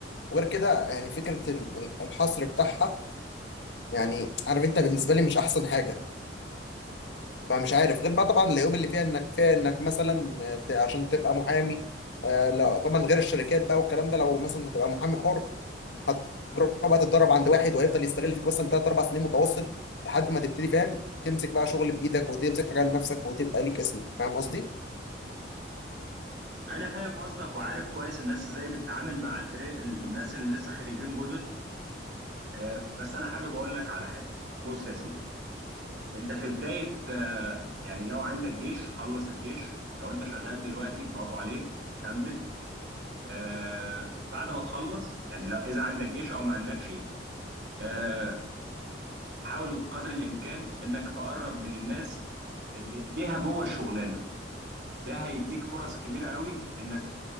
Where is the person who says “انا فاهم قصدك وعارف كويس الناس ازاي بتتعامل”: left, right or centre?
Right